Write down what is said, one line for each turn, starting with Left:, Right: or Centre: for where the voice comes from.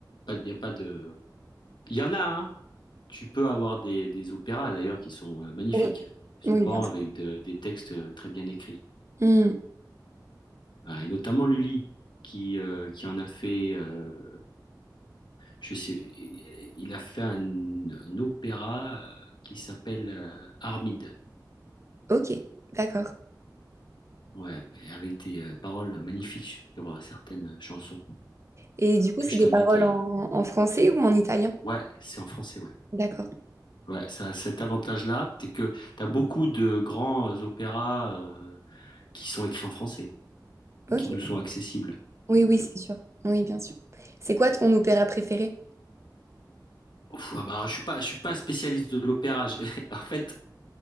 Left: Pas- Il y a pas de. Il y en a, hein. Tu peux avoir des, des opéras d'ailleurs qui sont euh, magnifiques,
Right: Oui,
Left: souvent
Right: oui, bien sûr.
Left: avec de- des textes euh, très bien écrits.
Right: Hmm,
Left: Ah, et notamment Lully, qui, euh, qui en a fait. euh, je sais, il a fait un, un opéra euh, qui s'appelle euh, Armide.
Right: ok, d'accord.
Left: Ouais, et avec des euh, paroles magnifiques sur euh, certaines chansons
Right: Et du coup,
Left: que
Right: c'est
Left: je
Right: des
Left: t'invite
Right: paroles
Left: à...
Right: en, en français ou en italien?
Left: Ouais, c'est en français, ouais.
Right: D'accord.
Left: Ouais, ça a cet avantage-là, c'est que t'as beaucoup de grands euh, opéras euh, qui sont écrits en français, ou
Right: Ok.
Left: qui nous sont accessibles.
Right: Oui, oui,
Left: Ouais.
Right: c'est sûr. Oui, bien sûr. C'est quoi ton opéra préféré?
Left: Ouf, ah bah, je suis pas, je suis pas spécialiste de l'opéra. J'ai- <laughs> En fait,